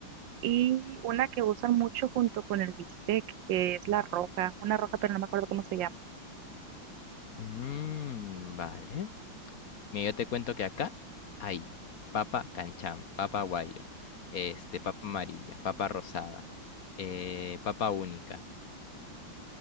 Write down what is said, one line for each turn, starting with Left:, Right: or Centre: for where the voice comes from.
Right: y una que usan mucho junto con el bistec, que es la roja, una roja, pero no me acuerdo cómo se llama.
Left: Mm, vale. Mira, yo te cuento que acá hay papa canchán, papa guairo, este, papa amarilla, papa rosada, eh, papa única.